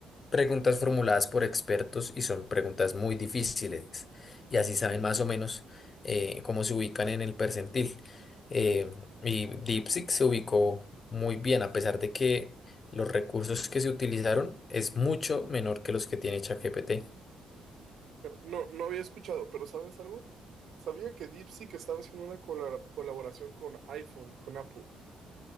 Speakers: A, on the left; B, on the right.
A: preguntas formuladas por expertos y son preguntas muy difíciles. Y así saben más o menos eh, cómo se ubican en el percentil. Eh, y DeepSeek se ubicó muy bien, a pesar de que los recursos que se utilizaron es mucho menor que los que tiene ChatGPT.
B: No, no había escuchado, pero ¿sabes algo? Sabía que DeepSeek estaba haciendo una cola- colaboración con iPhone, con Apple.